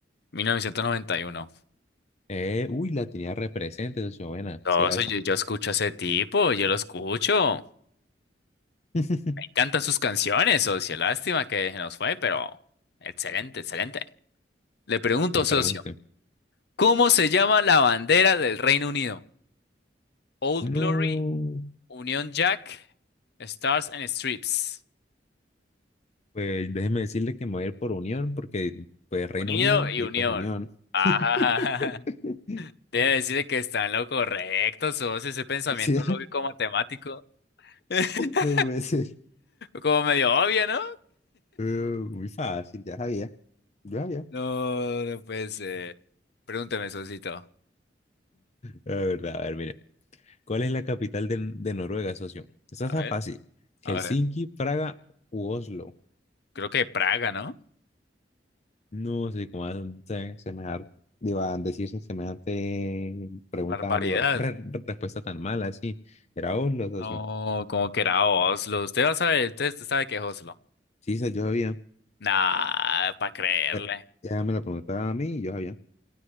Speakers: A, on the left; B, on the left.
A: 1991.
B: Eh, uy, la tenía represente, socio. Buena,
A: No,
B: si era
A: socio,
B: esa.
A: yo, yo escucho a ese tipo, yo lo escucho.
B: <laughs>
A: Me encantan sus canciones, socio. Lástima que se nos fue, pero excelente, excelente. Le pregunto,
B: No
A: socio,
B: pregunten.
A: ¿cómo se llama la bandera del Reino Unido? Old
B: No.
A: Glory, Unión Jack, Stars and Strips.
B: Pues déjeme decirle que me voy a ir por Unión, porque pues Reino
A: Unido
B: Unido
A: y
B: y
A: Unión.
B: pues Unión.
A: Ah,
B: <laughs>
A: <laughs> debe decirle que está en lo correcto, sos ese pensamiento
B: Sí,
A: lógico matemático. <laughs>
B: no puede ser.
A: Como medio obvio, ¿no?
B: Eh, muy fácil, ya sabía, ya sabía.
A: No, no puede ser. Pregúnteme, Sosito.
B: La verdad, a ver, mire. ¿Cuál es la capital de, de Noruega, socio? Esa
A: A
B: está
A: ver,
B: fácil. Helsinki,
A: a ver.
B: Praga u Oslo.
A: Creo que Praga, ¿no?
B: No sé cómo hacen se- semejante, digo, a decirse semejante pregunta,
A: Barbaridad.
B: digo, re- re- respuesta tan mala, sí. Era Oslo, socio.
A: No, como que era Oslo. Usted va a saber, usted usted sabe que es Oslo.
B: Sí, se- yo sabía.
A: Nah, para creerle.
B: Eh, Ella me la preguntaba a mí y yo sabía.